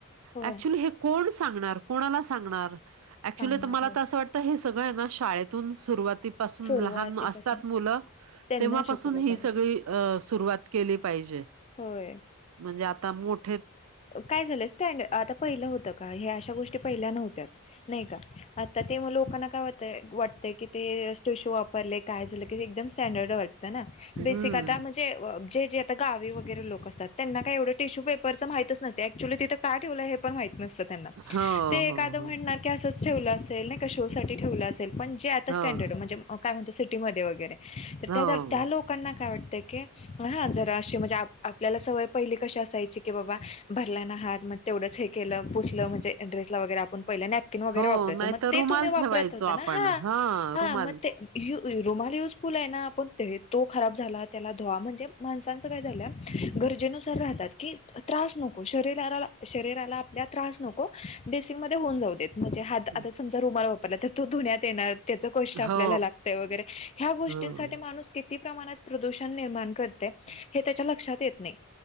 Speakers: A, on the left; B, on the right.
A: होय
B: क्चुली कोण सांगणार कोणाला सांगणार
A: सांगणार
B: ऍक्च्युली तर मला
A: हो
B: तर असं वाटत तर हे सगळं ना शाळेतून सुरुवातीपासून
A: सुरुवातीपासून
B: लहान असतात मुलं
A: त्यांना
B: तेव्हापासून
A: शिकवलं
B: ही
A: पाहिजे
B: सगळी सुरुवात केली पाहिजे
A: होय
B: म्हणजे आता मोठे
A: काय झालंय स्टँडर् आता पहिलं होतं का हे अशा गोष्टी पहिल्या नव्हत्याच नाही का आता ते लोकांना काय वातय वाटतय की ते ो शो वापरले काय झालं क एकदम स्टँडर्ड वाटतं ना
B: हम्म.
A: बेसिक आता म्हणजे जे जे आता गावी गैर लोक असत त्यां काय एवढे टिशू पेपरच माहितच नते ऍक्चु तिं का ठेवलं हे पण माहत नतं
B: हो,
A: ए
B: हो, हो,
A: म्हण अस ठेव असेल शोेव असेल आता
B: हो,
A: स्टडर्ड म्हणजे काय म्हणतो सिटीमध्ये वगैरे तर
B: हो,
A: त्याोक लकना काय वाटत ह जणे आपल्याला सवय पहिली कश असायची की बाबा भरला ना हात मग तेवढंच हे केलं पुसलं म्हणजे एड्रेस वगैे आपण पहि नॅपकिन वगैरे
B: हो.
A: वापरायचं
B: नाहीतर
A: मग ते
B: रुमाल
A: तुम्ही वापरत
B: ठेवायचो
A: होता
B: आपण.
A: ना हा
B: हां,
A: हा
B: रुमाल.
A: मग ते य रुमाल युजफुल आहे ना आपण ते तो खराब झाला त्याला धुवा म्हणजे माणसांचं काय झालं. गरजेनुसार राहतात की त्रास नको शरीरा शरीराला आपल्या त्रास नको. बेसिक मध्ये होऊन जाऊ देत म्हणजे हात
B: हं.
A: आता समजा रुमाला वापरला तर तो धुण्यात येणार. त्याच कष्ट आपल्याला
B: हो.
A: लागतय वगैरे ह्या गोष्टींसाठी
B: हं.
A: माणूस. किती प्रमाणात प्रदूषण निर्माण करते.
B: हम्म.
A: हे त्याच्या लक्षात येत नाही.